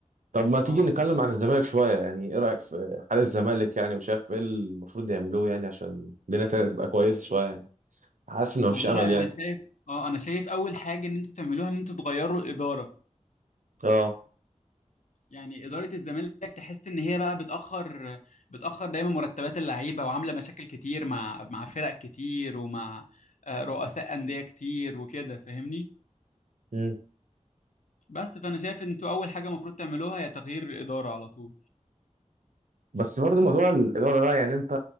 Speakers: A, on the right; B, on the left.
A: طب ما
B: اه
A: تيجي نتكلم عن الزمالك شوية يعني ايه رأيك في حال الزمالك يعني مش عارف ايه المفروض يعملوه يعني عشان الدنيا تبقى تبقى كويسة شوية يعني حاسس انه
B: والله
A: مفيش امل يعني
B: انا شايف اه انا شايف اول حاجة ان انتوا تعملوها ان انتوا تغيروا الإدارة
A: اه
B: يعني إدارة الزمالك تحس ان هي بقى بتأخر بتأخر دايما مرتبات اللعيبة وعاملة مشاكل كتير مع مع فرق كتير ومع آه، رؤساء أندية كتير وكده فاهمني
A: مم.
B: بس فانا شايف ان انتوا اول حاجة المفروض تعملوها هي تغيير الإدارة على طول
A: بس برضه موضوع الإدارة ده يعني انت